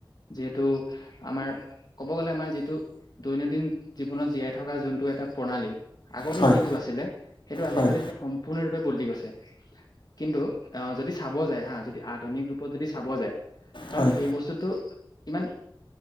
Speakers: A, on the left; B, on the left.
A: যিহেতু, আমাৰ ক'ব গ'লে, আমাৰ যিটো দৈনন্দিন জীৱনত জীয়াই থকাৰ যোনটো এটা প্ৰণালী আগতে
B: হয়
A: যিটো আছিলে, সেইটো আজিকালি
B: হয়
A: সম্পূৰ্ণৰূপে বদলি গৈছে। কিন্তু যদি চাব যায় হা, যদি আধুনিক ৰূপত যদি চাব যায়, কাৰণ
B: হয়
A: সেই বস্তুটো ইমান